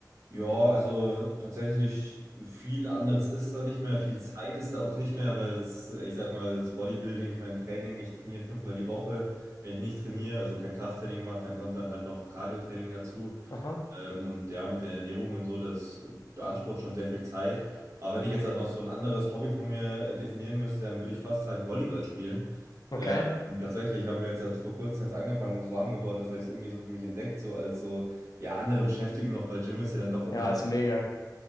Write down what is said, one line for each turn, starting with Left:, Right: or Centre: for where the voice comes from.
Right: Ja, also tatsächlich viel anderes ist da nicht mehr, viel Zeit ist da auch nicht mehr, weil das, ich sag mal, das Bodybuilding, ich mein Training, ich trainiere fünfmal die Woche. Wenn ich nicht trainiere, also kein Krafttraining mache, dann kommt dann halt noch Cardio-Training dazu.
Left: Aha.
Right: Ähm, und ja, mit der Ernährung und so, das beansprucht schon sehr viel Zeit. Aber wenn ich jetzt halt noch so ein anderes Hobby von mir äh, definieren müsste, dann würde ich fast sagen Volleyball spielen. Ähm,
Left: Okay.
Right: tatsächlich haben wir jetzt halt vor kurzem jetzt angefangen, wo es warm geworden ist, habe ich es irgendwie so für mich entdeckt, so als so, ja, andere Beschäftigung noch, weil Gym ist ja dann doch immer,
Left: Ja, ist mega.